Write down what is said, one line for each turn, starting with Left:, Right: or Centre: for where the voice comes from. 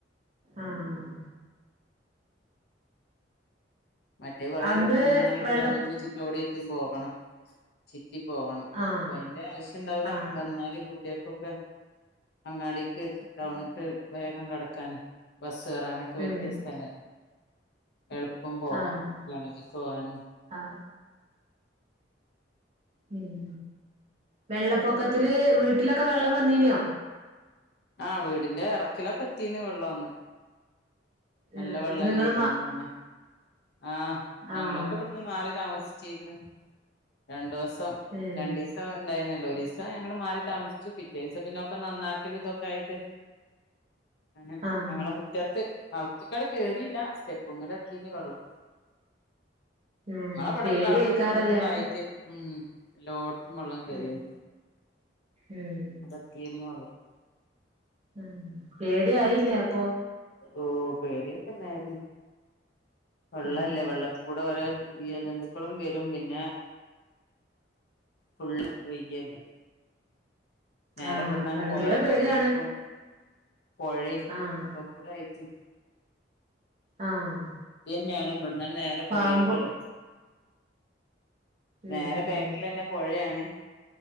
Right: ആഹ്
Left: മറ്റേ കുറെേ
Right: അന്ന്
Left: മൂന്നാല്
Right: വെള്ള
Left: കിലോമീറ്റർ ചിറ്റോടി ക്കും പോകണം ചി റ്റി പോകണം
Right: ആഹ്
Left: അപ്പ അയിന്റെ ആവശ്യംണ്ടാവൂല
Right: ആഹ്
Left: വന്നാല് കു കുട്ടിക്കൊക്കെ അങ്ങാടിക്ക് ടൗണക്ക് വേഗം കടക്കാന് ബസ് കേറാനൊക്കെ പറ്റിയ
Right: ഉം
Left: സ്ഥലാണ് എളു പോവാ
Right: ആഹ്
Left: കോളേജിക്ക്‌ പോവാനും
Right: ആഹ് ഉം വെള്ളപ്പൊക്കത്തില് വീട്ടിലൊക്കെ വെള്ളം വന്നീനോ
Left: ആഹ് വീടിന്റെ ഇറക്കിലൊക്കെ എത്തീന് വെള്ളോന്ന് നല്ല
Right: ആഹ് എന്നിട്ട്
Left: വെള്ളല്ലേന്ന്
Right: നിങ്ങള് മ
Left: അന്ന് വന്നെ ആഹ് ഞങ്ങളൊക്കെ
Right: ആഹ്
Left: ഇവിടുന്ന് മാറി താമസി ചെക്കണ് രണ്ടോസം
Right: ഏഹ്
Left: രണ്ടീസം ഉണ്ടായി ഒരു ദസം ഞങ്ങള് മാറി താമസിച്ചു പിറ്റേ ദിവസം പിന്നൊക്കെ നന്നാക്കല ഇതൊക്കെ ആയിട്ട് അങ്ങനെ
Right: ആഹ്
Left: ഞങ്ങള മുറ്റത്ത് ആൾ ഒച്ചക്കേട കേറില്ല സ്റ്റെപ്പ്മ്മേലെത്തീനി വെള്ളം
Right: ഉം
Left: ങ്ങളെ പടള്ള
Right: പേടിയായിക്കാരല്ലേ
Left: അവിടുത്തെ ഫുള്ളായിട്ട്
Right: അപ്പൊ
Left: ഉം എല്ലാ വെള്ളം കയറിയും
Right: ഉം ഉം
Left: അവ്ടെത്തീന്ന് വെള്ളം
Right: ഉം പേടി ആയില്ലേ അപ്പൊ
Left: ഓ പേടിയൊക്കെണ്ടായിരുന്നു വെള്ളല്ലേ
Right: ഉം
Left: വെള്ളത്തിൽ കൂടെ വരാര്ക്കും ഈ അ ജന്തുക്കളും വരും <unintelligible> പിന്നെ ഫുള്ള് വയ്യല്ലെ നേരെ
Right: ആഹ്
Left: ബെട്ന്നാണ്ട്
Right: വെള്ളത്തോടെ
Left: പോയാ
Right: പേടിയാണ്
Left: പൊയീക്കും പൊഴി
Right: ആഹ്
Left: ഒക്കെ കൂടെ ആയിട്ട്
Right: ആഹ്
Left: തന്ന്യാണ് ഇവട്ന്നാണ്ട് പൊഴേക്കല്ലേ
Right: പാമ്പ്
Left: വേറെ
Right: ഉം
Left: ബാക്കിലന്നെ
Right: ഉം
Left: പൊഴേയാണ്